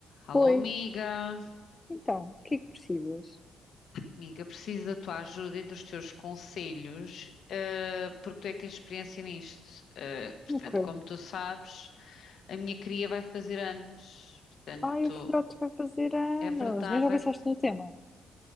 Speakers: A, on the left; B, on the left.
A: Alô,
B: Foi.
A: amiga.
B: Então, o que é que precisas?
A: Amiga, preciso da tua ajuda e dos teus conselhos, eh, porque tu é que tens experiência nisto. Eh, portanto,
B: Nunca.
A: como tu sabes, a minha cria vai fazer anos. Portanto,
B: Ai, o filhote vai fazer anos.
A: é verdade,
B: Mas já
A: vai.
B: pensaste no tema?